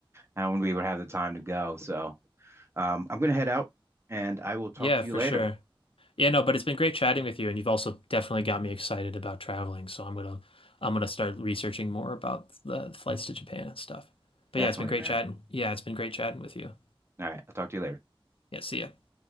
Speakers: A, on the right; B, on the left.
A: I want to be able to have the time to go. So um, I'm gonna head out and I will talk
B: Yeah,
A: to
B: for
A: you later.
B: sure. Yeah, no, but it's been great chatting with you, and you've also definitely got me excited about traveling. So I'm gonna I'm gonna start researching more about the flights to Japan and stuff. But
A: Definitely,
B: yeah, it's been great
A: man.
B: chatting. Yeah, it's been great chatting with you.
A: All right, I'll talk to you later.
B: Yeah, see ya.